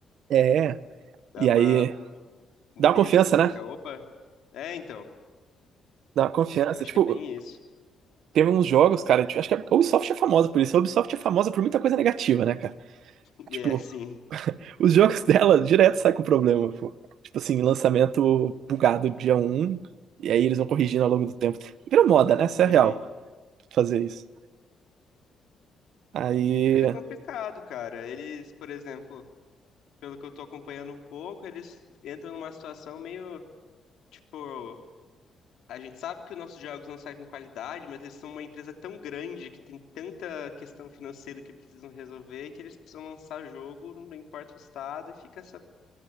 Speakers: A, on the right; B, on the left.
A: É,
B: Dá
A: e
B: uma,
A: aí.
B: um
A: Dá
B: peso
A: uma confiança,
B: assim, você
A: né?
B: fica, opa. É, então,
A: Dá uma confiança.
B: eu acho
A: Tipo,
B: que é bem isso.
A: Teve uns jogos, cara, tipo, acho que a Ubisoft é famosa por isso. A Ubisoft é famosa por muita coisa negativa, né, cara?
B: <laughs> E
A: Tipo,
B: é, sim.
A: os jogos <laughs> dela direto saem com problema, pô. Tipo assim, lançamento bugado dia um e aí eles vão corrigindo ao longo do tempo. Vira moda, né? Isso é
B: Uhum.
A: real, fazer isso. Aí,
B: Mas é complicado, cara. Eles, por exemplo, pelo que eu tô acompanhando um pouco, eles entram numa situação meio, tipo, A gente sabe que os nossos jogos não saem com qualidade, mas eles são uma empresa tão grande que tem tanta questão financeira que precisam resolver que eles precisam lançar jogo, não importa o estado, e fica essa